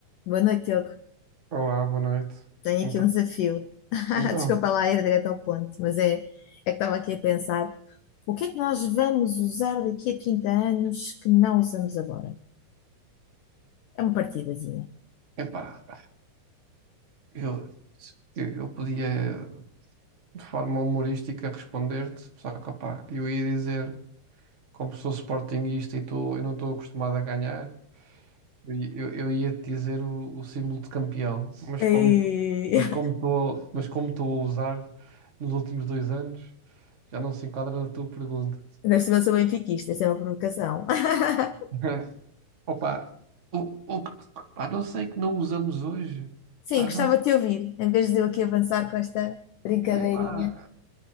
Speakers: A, on the left (about 80°); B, on the right (about 75°).
A: Boa noite, Diogo.
B: Olá, boa noite.
A: Tenho
B: Então,
A: aqui um desafio. <laughs>
B: então,
A: Desculpa lá ir direto ao ponto, mas é, é que estava aqui a pensar: o que é que nós vamos usar daqui a 30 anos que não usamos agora? É uma partidazinha.
B: Epá, eu, eu eu podia de forma humorística responder-te, só que opá, eu ia dizer, como sou sportinguista e tu, eu não estou acostumado a ganhar, eu, eu, eu ia te dizer o, o símbolo de campeão, mas
A: Ei,
B: como tu- mas
A: <laughs>
B: como estou mas como estou a usar nos últimos dois anos, já não se enquadra na tua pergunta.
A: Ainda por cima sou benfiquista, isso é uma provocação. <laughs>
B: <laughs> Opa, o, o que, pá, não sei que não usamos hoje.
A: Sim,
B: Pá,
A: gostava
B: não,
A: de te ouvir, em vez de eu aqui avançar com esta brincadeirinha.
B: epá,